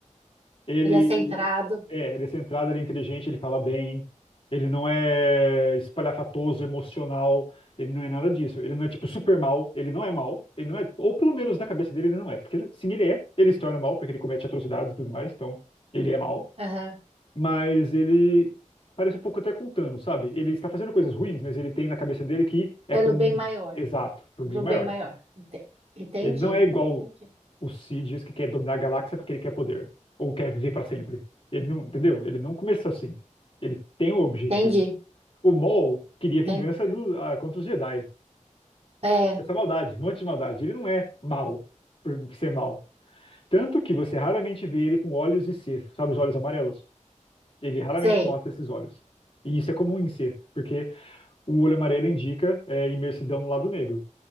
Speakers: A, on the left; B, on the right.
A: Ele
B: ele é centrado,
A: é, ele é centrado, ele é inteligente, ele fala bem. Ele não é espalhafatoso, emocional. Ele não é nada disso. Ele não é tipo super mal. Ele não é mal. Ele não é, ou pelo menos na cabeça dele ele não é, porque ele- sim, ele é. Ele se torna mal porque ele comete atrocidades e tudo mais. Então ele é mal.
B: aham,
A: Mas ele parece um pouco até com o Thanos, sabe? Ele está fazendo coisas ruins, mas ele tem na cabeça dele que é
B: pelo
A: para um
B: bem maior,
A: exato, para um bem
B: para
A: maior.
B: um bem maior. Ente- Entendi,
A: Ele não é igual
B: entendi,
A: o Sidious que quer dominar a galáxia porque ele quer poder ou quer viver pra sempre. Ele não, entendeu? Ele não começou assim. Ele tem um objetivo.
B: entendi,
A: O Maul queria vingança
B: entendi.
A: do- ah, contra os Jedi.
B: É,
A: Essa maldade, um monte de maldade. Ele não é mau por ser mau. Tanto que você raramente vê ele com olhos de Sith, sabe, os olhos amarelos. Ele raramente
B: sei.
A: mostra esses olhos. E isso é comum em Sith, porque o olho amarelo indica é, imersidão no lado negro.